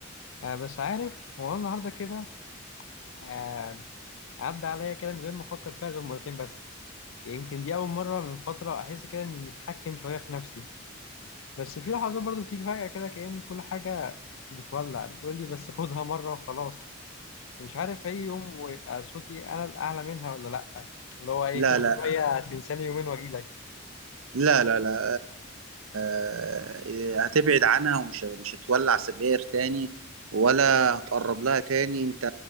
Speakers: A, on the left; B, on the right.
A: آه بس عارف هو أنا النهاردة كده آه عدى عليا كده من غير ما أفكر فيها غير مرتين بس يمكن دي أول مرة من فترة أحس كده إني متحكم شوية في نفسي بس في لحظات برضو بتيجي فجأة كده كأن كل حاجة بتولع بتقولي بس خدها مرة وخلاص مش عارف أي يوم ويبقى صوتي أنا الأعلى منها ولا لأ اللي هو إيه
B: لا
A: كل شوية <laughs> هتنساني يومين وأجيلك
B: لا لا لا آه، هتبعد عنها ومش مش هتولع سجاير تاني ولا هتقرب لها تاني انت